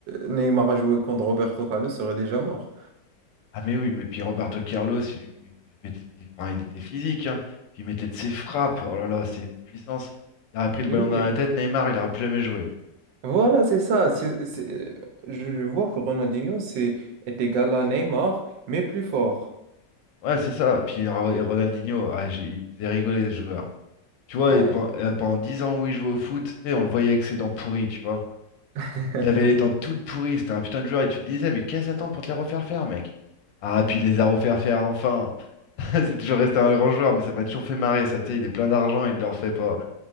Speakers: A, on the right; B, on the left.
A: Neymar a joué contre Roberto Carlos, il serait déjà mort.
B: Ah, mais oui, mais puis Roberto Carlos, il, il il mettait- il- enfin, il était physique, hein. Puis il mettait de ses frappes. Oh là là, c'est une puissance. Il aurait pris le ballon
A: Oui,
B: dans
A: mais
B: la tête, Neymar, il aurait plus jamais joué.
A: Voilà, c'est ça. C'est, c'est- Je je vois que Ronaldinho c'est, est égal à Neymar, mais plus fort.
B: Ouais, c'est ça. Puis Ro- Ronaldinho, ah, j'ai- il faisait rigoler ce joueur. Tu vois,
A: Ah,
B: et pen- euh, pendant 10 ans où il jouait au foot, tu sais, on le voyait avec ses dents pourries, tu vois.
A: <laughs>
B: Il avait les dents toutes pourries, c'était un putain de joueur, et tu te disais, mais qu'est-ce que t'attends pour te les refaire faire, mec? Ah, puis il les a refaire faire enfin. <laughs> C'est toujours resté un grand joueur, mais ça m'a toujours fait marrer, ça, tu sais, il est plein d'argent, il ne le refait pas.